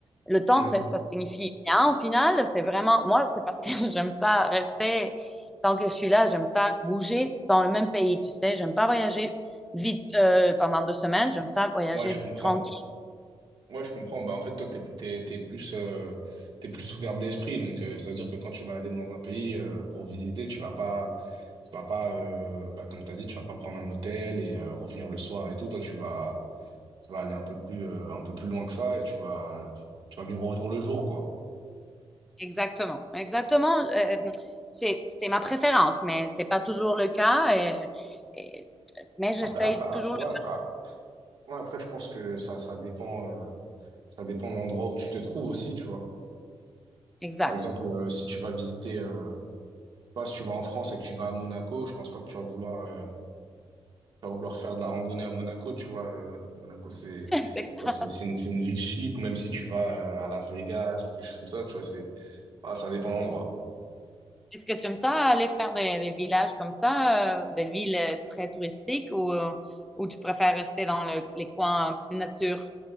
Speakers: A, in the centre; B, on the right.
A: le temps,
B: Mm.
A: ça ça signifie rien au final. C'est vraiment, moi, c'est parce que <laughs> j'aime ça rester, tant que je suis là, j'aime ça bouger dans le même pays, tu sais. J'aime pas voyager vite euh, pendant deux semaines, j'aime ça voyager
B: Ouais, je comprends.
A: tranquille.
B: Ouais, je comprends. Bah, en fait, toi, t'es, t'es, t'es plus, euh, t'es plus ouvert d'esprit. Donc, euh, ça veut dire que quand tu vas aller dans un pays, euh, pour visiter, tu vas pas, tu vas pas, euh, bah, comme t'as dit, tu vas pas prendre un hôtel et, euh, revenir le soir et tout. Toi, tu vas, tu vas aller un peu plus, euh, un peu plus loin que ça et tu vas, tu vas vivre au jour le jour, quoi.
A: Exactement, exactement. euh, c'est, c'est ma préférence, mais c'est pas toujours le cas. et- et- mais j'essaye
B: Après, après, ah,
A: toujours
B: ouais,
A: le...
B: après, ah, ouais, après, je pense que ça, ça dépend, euh, ça dépend de l'endroit où tu te trouves aussi, tu vois.
A: Exact.
B: Par exemple, euh, si tu vas visiter, euh, pas, si tu vas en France et que tu vas à Monaco, je pense pas que tu vas vouloir, euh, tu vas vouloir faire de la randonnée à Monaco, tu vois. euh, Monaco, c'est,
A: <laughs> C'est ça.
B: bah, c'est, c'est une, c'est une ville chic, ou même si tu vas euh, à Las Vegas, quelque chose comme ça, tu vois, c'est, voilà, ça dépend de l'endroit.
A: Est-ce que tu aimes ça aller faire des, des villages comme ça, euh, des villes euh, très touristiques ou, euh, ou tu préfères rester dans le- les coins plus nature?